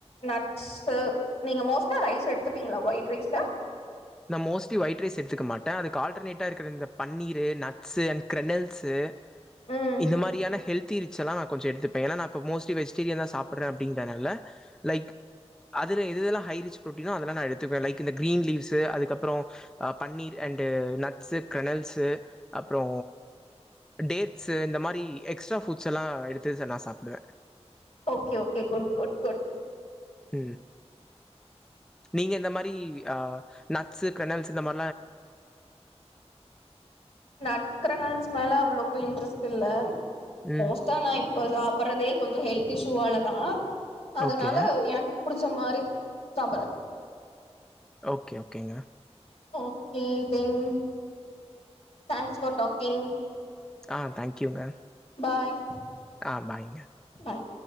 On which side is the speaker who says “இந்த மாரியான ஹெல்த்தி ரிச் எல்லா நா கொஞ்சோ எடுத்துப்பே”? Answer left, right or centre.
Centre